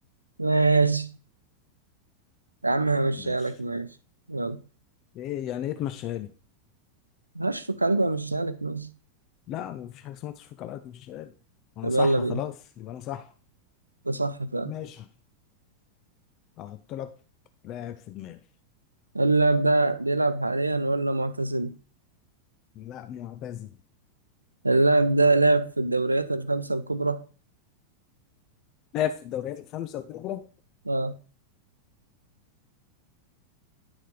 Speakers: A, on the right (about 80°); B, on the left (about 35°).
A: ماشي يا عم همشيها
B: ماشي
A: لك ماشي يلا
B: ايه يعني ايه تمشيها لي
A: هشفق عليك وهمشيها لك ماشي
B: لا مفيش حاجه اسمها تشفيق على الأرض، تمشيها لي انا
A: طب
B: صح
A: يلا بينا
B: خلاص يبقى انا صح
A: ده صح فعلا
B: ماشي هحط لك لاعب في دماغي
A: اللاعب ده بيلعب حاليا ولا معتزل؟
B: لا معتزل
A: اللاعب ده لعب في الدوريات الخمسة الكبرى
B: لاعب في الدوريات الخمسة الكبرى
A: اه